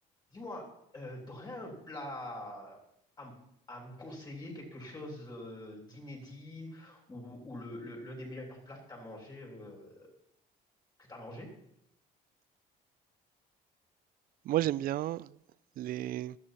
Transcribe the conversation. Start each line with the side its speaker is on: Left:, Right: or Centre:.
Left: Dis-moi, euh, t'aurais un plat à, m- à me conseiller, quelque chose euh, d'inédit ou, ou le, le- l'un des meilleurs plats que t'as mangé, euh, que t'as mangé?
Right: Moi, j'aime bien les,